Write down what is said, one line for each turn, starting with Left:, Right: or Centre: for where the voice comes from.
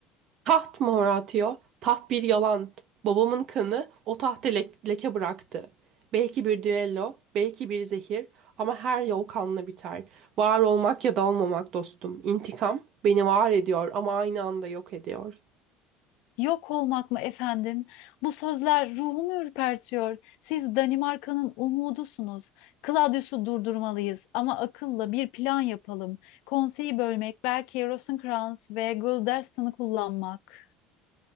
Right: Taht mı Horatio? Taht bir yalan. Babamın kanı o tahta le- leke bıraktı. Belki bir düello, belki bir zehir ama her yol kanla biter. Var olmak ya da olmamak dostum. İntikam beni var ediyor ama aynı anda yok ediyor.
Left: Yok olmak mı efendim? Bu sözler ruhumu ürpertiyor. Siz Danimarka'nın umudusunuz. Claudius'u durdurmalıyız ama akılla bir plan yapalım. Konseyi bölmek, belki Rosencrantz ve Guildenstern'ı kullanmak.